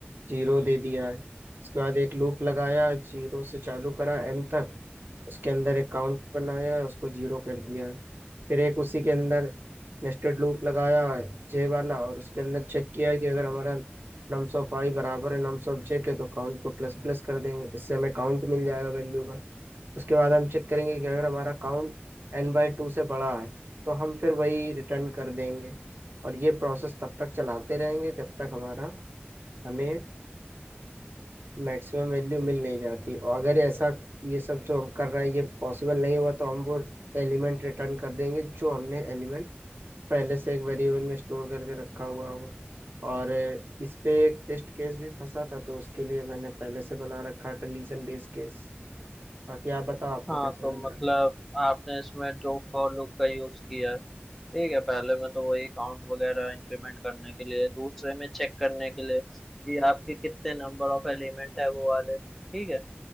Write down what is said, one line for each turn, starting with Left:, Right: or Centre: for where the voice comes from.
Right: जीरो दे दिया है उसके बाद एक लूप लगाया जीरो से चालू करा एन तक उसके अंदर एक काउंट बनाया उसको जीरो कर दिया है फिर एक उसी के अंदर नेस्टेड लूप लगाया जे वाला और उसके अंदर चेक किया कि अगर हमारा नम्स ऑफ आई बराबर है नम्स ऑफ जे के तो काउंट को प्लस प्लस कर देंगे इससे हमें काउंट मिल जाएगा वैल्यू का उसके बाद हम चेक करेंगे कि अगर हमारा काउंट एन बाई टू से बड़ा है तो हम फिर वही रिटर्न कर देंगे और ये प्रोसेस तब तक चलाते रहेंगे जब तक हमारा हमें मैक्सिमम वैल्यू मिल नहीं जाती और अगर ऐसा ये सब जो हम कर रहे हैं ये पॉसिबल नहीं हुआ तो हम वो एलिमेंट रिटर्न कर देंगे जो हमने एलिमेंट पहले से एक वेरिएबल में स्टोर करके रखा हुआ होगा और अ, इस पे एक टेस्ट केस भी फंसा था तो उसके लिए मैंने पहले से बना रखा कंडीशन बेस्ड केस बाकी आप बताओ आपको
Centre: हाँ
Right: कैसे
Centre: तो
Right: लग रहा
Centre: मतलब
Right: है
Centre: आपने इसमें जो फॉर लूप का यूज किया है ठीक है पहले में तो वही काउंट वगैरह इंप्लीमेंट करने के लिए दूसरे में चेक करने के लिए कि आपके कितने नंबर ऑफ एलिमेंट है वो वाले ठीक है